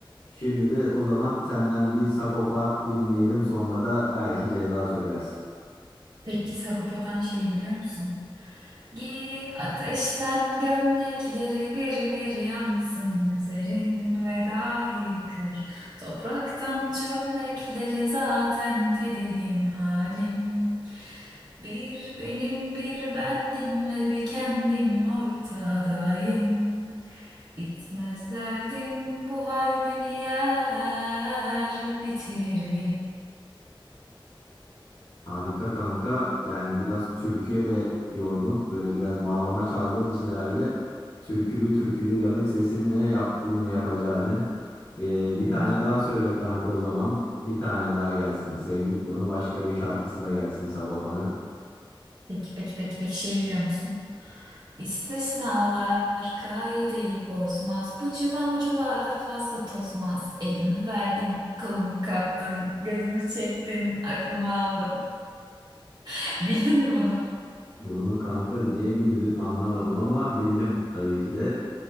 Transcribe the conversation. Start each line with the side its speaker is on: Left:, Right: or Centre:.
Left: Şimdi de o zaman senden bir Sagopa dinleyelim. Sonra da belki ceza söylersin.
Right: Peki Sagopa'dan şeyi biliyor musun? Giy ateşten gömlekleri bir bir yansın üzerin ve dahi kır. Topraktan çömlekleri zaten tedirgin halim. Bir benim bir bendim ve bir kendim ortadayım. Bitmez derdim bu hal beni yer bitirir
Left: Harika kanka.
Right: bildim.
Left: Yani biraz türküye de yordun. Böyle biraz bağlama çaldığın için herhalde türkülü türkülü yanık sesinle yaptın yine yapacağını. Ee,
Right: <laughs>
Left: bir tane daha söyle kanka o zaman. Bir tane daha gelsin. Sevdik bunu. Başka bir şarkısı da gelsin Sagopa'nın.
Right: Peki peki peki peki şey biliyor musun? İstisnalar kaideyi bozmaz. Bu civan bu civarda fazla tozmaz. Elimi verdim, kolumu kaptın, gözümü çektin, aklımı aldın. <laughs> Bildin mi bunu?
Left: Bunu kanka niye güldün anlamadım ama bildim tabii ki de.